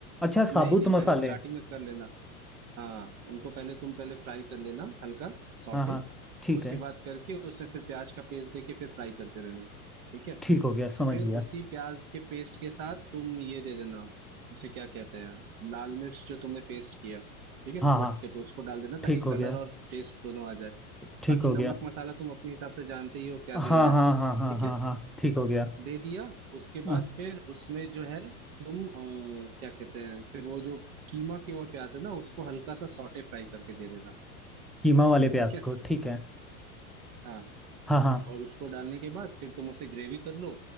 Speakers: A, in the centre; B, on the right (about 60°).
A: अच्छा
B: नहीं
A: साबुत
B: नहीं
A: मसाले
B: पहले स्टार्टिंग में कर लेना हाँ उनको पहले तुम पहले फ्राई कर लेना हल्का सॉटे
A: हाँ हाँ ठीक
B: उसके
A: है
B: बाद करके उसे फिर प्याज का पेस्ट देके फिर फ्राई करते रहना ठीक है
A: ठीक हो गया समझ
B: फिर
A: गया
B: उसी प्याज के पेस्ट के साथ तुम ये दे देना उसे क्या कहते हैं लाल मिर्च जो तुमने पेस्ट किया ठीक है
A: हाँ
B: सिलबट्टे
A: हाँ
B: पे उसको डाल देना ताकि
A: ठीक हो
B: कलर
A: गया
B: और टेस्ट दोनों आ जाए
A: ठीक
B: बाकी
A: हो
B: नमक
A: गया
B: मसाला तुम अपने हिसाब से जानते ही हो क्या
A: हाँ
B: देना है
A: हाँ हाँ हाँ हाँ
B: ठीक
A: हाँ
B: है
A: हाँ, ठीक हो गया
B: दे दिया उसके
A: हाँ
B: बाद फिर उसमें जो है तुम अ, क्या कहते हैं फिर वो जो कीमा के हुआ प्याज है ना उसको हल्का सा सॉटे फ्राई करके दे देना
A: कीमा वाले
B: ठीक
A: प्याज
B: है
A: को ठीक है
B: हाँ
A: हाँ हाँ
B: और उसको डालने के बाद फिर तुम उसे ग्रेवी कर लो